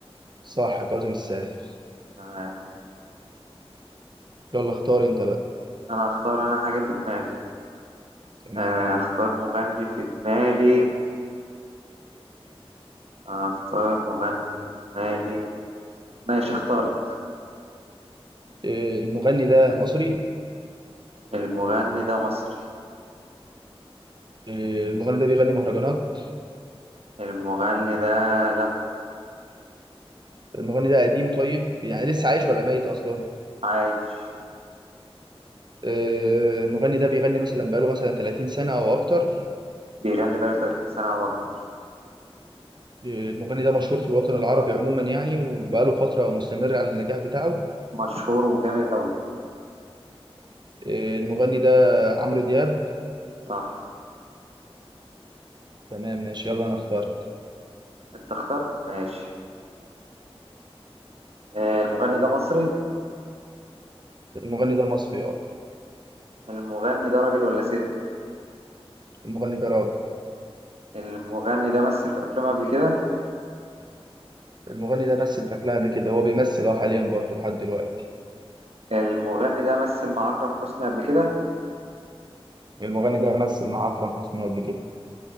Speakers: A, on the right; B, on the right.
A: صح كاظم الساهر
B: تمام
A: يلا اختار انت بقى
B: انا هختار انا حاجة في دماغي
A: تمام
B: آه، اختار مغني في دماغي آه، اختار مغني في دماغي ماشي اخترت
A: آه، المغني ده مصري
B: المغني ده مصري
A: آه، المغني ده بيغني مهرجانات
B: المغني ده لا
A: المغني ده قديم طيب يعني لسه عايش ولا ميت اصلا
B: عايش
A: آه، المغني ده بيغني مثلا بقاله مثلا 30 سنة او اكتر
B: بيغني بقاله 30 سنة او اكتر
A: المغني ده مشهور في الوطن العربي عموما يعني وبقاله فترة مستمر على النجاح بتاعه
B: مشهور وجامد قوي
A: آه، المغني ده عمرو دياب
B: صح
A: تمام ماشي يلا أنا اخترت
B: انت اخترت ماشي آه، المغني ده مصري
A: المغني ده مصري اه
B: المغني ده راجل ولا ست
A: المغني ده راجل
B: المغني ده مثل في افلام قبل كده
A: المغني ده مثل في أفلام قبل كده هو بيمثل اه حاليا برضه لحد دلوقتي
B: المغني ده مثل مع اكرم حسني قبل كده
A: المغني ده مثل مع أكرم حسني قبل كده